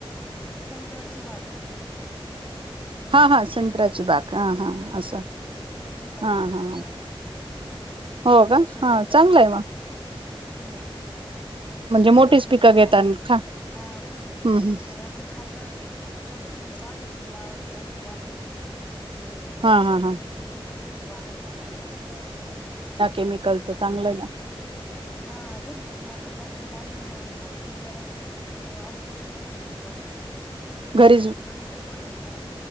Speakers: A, on the left (about 15°); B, on the right (about 65°).
A: संत्राची बाग
B: हा हा संत्राची बाग हा हा असं
A: हम्म सीताफळाची
B: हा हा.
A: बाग
B: हो का
A: अशा
B: हा
A: बागा
B: चांगलं
A: आहेत
B: आहे
A: ऊस
B: म.
A: आहे हम्म. आणि
B: मोठीच
A: आपलं
B: पिकं
A: जे खायला
B: घेता खा
A: हा मोठीच
B: हम्
A: पिकं घेतो
B: हम
A: आणि आपलं खायला छोटे- छोट्या भाज्यांचे लावायच अस वाफेनी- जेवढं पाहिजे
B: हा हा
A: तेवढं
B: हा
A: वांग्याची थोडीशी हम्म.
B: केमिकल च चांगलं का?
A: हा घरचच असं जास्त भाज्या नाही आणत आम्ही हिरव्या भाज्या तर शक्यतो आणतच नाहीत बाहेरून-
B: घरी
A: घरी जे बनन ना